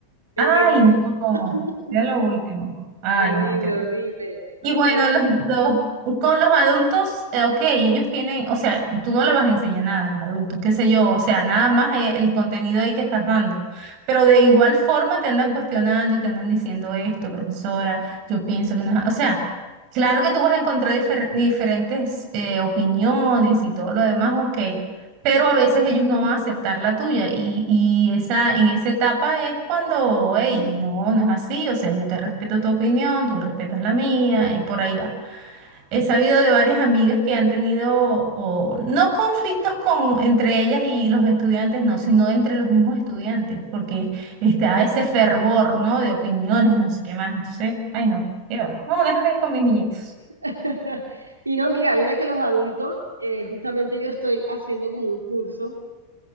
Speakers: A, on the right; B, on the right.
A: el
B: Ay,
A: lenguaje
B: no.
A: <laughs>
B: Ya lo último. Ay,
A: horrible,
B: no, qué
A: horrible. Entonces,
B: Y bueno, los- los- con los adultos, eh, ok, ellos tienen, o sea, tú no le vas a enseñar nada a los adultos, qué sé yo, o sea, nada más eh, el contenido ahí que estás dando. Pero de igual forma te andan cuestionando, te andan diciendo esto, profesora, yo pienso que no es, o sea, claro que tú vas a encontrar difer- diferentes eh, opiniones y todo lo demás, ok, pero a veces ellos no van a aceptar la tuya y, y esa, en esa etapa es cuando, hey, no, no es así, o sea, yo te respeto tu opinión, tú respetas la mía y por ahí va. He sabido de varias amigas que han tenido, o, no conflictos con, entre ellas y los estudiantes, no, sino entre los mismos estudiantes, porque está ese fervor, ¿no? De opiniones, no sé qué más, entonces, ay, no, qué va, no, déjame con mis niñitos.
A: <laughs> y no, mira, mira que los adultos, eh, justamente yo estoy haciendo como un curso